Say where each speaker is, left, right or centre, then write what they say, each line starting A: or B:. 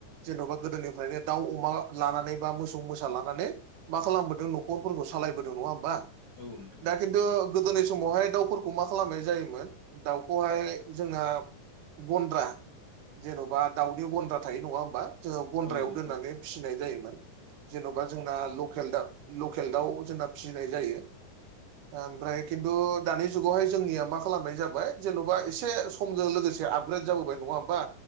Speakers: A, on the right; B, on the left.
A: जेन'बा गोदोनिफ्रायनो दाउ अमा लानानै बा मोसौ मोसा लानानै मा खालामबोदों न'खरफोरखौ सालायबोदों नङा होमबा
B: औ नोंथां
A: दा खिन्थु गोदोनि समावहाय दाउफोरखौ मा खालामनाय जायोमोन दाउखौहाय जोंहा गन्द्रा जेन'बा दाउनि गन्द्रा थायो नङा होमबा? जोङो गन्द्रायाव
B: औ
A: दोननानै
B: नोंथां औ
A: फिसिनाय जायोमोन जेन'बा जोंना लकेल दाउ लकेल दाउ जोंना फिसिनाय जायो। ओ ओमफ्राय खिन्थु दानि जुगावहाय जोंनिया मा खालामनाय जाबाय जेन'बा एसे समजों लोगोसे आ जाबोबाय नङा हबा